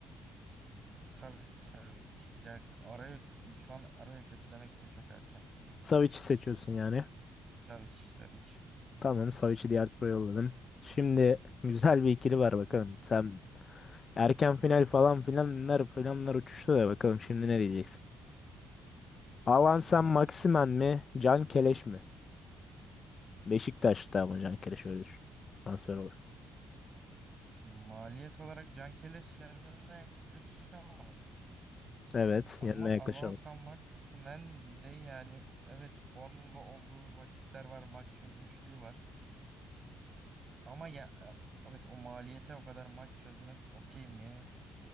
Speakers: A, on the right; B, on the left.
A: Savic Savic. Ya araya şu an araya kötü demek için çok erken.
B: Savic'i seçiyorsun yani.
A: Savic Savic.
B: Tamam, Savic'i diğer tura yolladım. Şimdi güzel bir ikili var bakalım.
A: Hı hı.
B: Sen Erken final falan filanlar filanlar uçuştu da bakalım şimdi ne diyeceksin. Alan sen
A: Evet.
B: Maximen mi? Can Keleş mi? Beşiktaş'ta ama Can Keleş öyle düşün. Transfer olur.
A: Maliyet olarak Cankeleş yanına yaklaşamaz.
B: Evet.
A: Ama
B: Yanına
A: Alan
B: yaklaşalım.
A: San Maximen de yani evet formda olduğu vakitler var. Maç çözmüşlüğü var. Ama ya e, evet o maliyete o kadar maç çözmek okey mi?